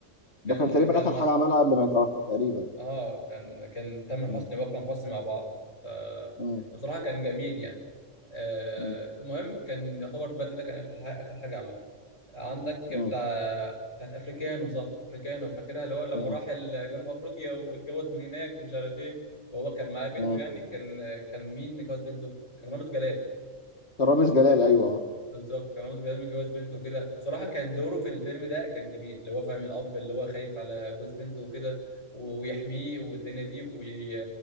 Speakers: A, on the left; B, on the left.
A: كان
B: ده كان تقريبا
A: كان
B: اخر
A: مع-
B: حاجه عملها قبل ما يتوفى تقريبا
A: اه كان كان تامر حسني
B: مم.
A: واكرم حسني مع بعض ف
B: مم.
A: بصراحه كان جميل يعني آه
B: مم.
A: المهم كان يعتبر البدله ده كان اخر حاجه اخر حاجه عملها عندك بتاع
B: مم.
A: بتاعت افريكانو صح افريكانو فاكرها اللي هو لما
B: مم.
A: راح ال- جنوب افريقيا واتجوز من هناك ومش عارف ايه وهو كان معاه بنته
B: مم.
A: يعني كان كان مين متجوز بنته كان رامز جلال
B: كان رامز جلال ايوه اه
A: بالظبط كان رامز جلال متجوز بنته وكده فبصراحه كان دوره في الفيلم ده كان جميل اللي هو فاهم الاب اللي هو خايف على جوز بنته وكده و- ويحميه والدنيا دي وي...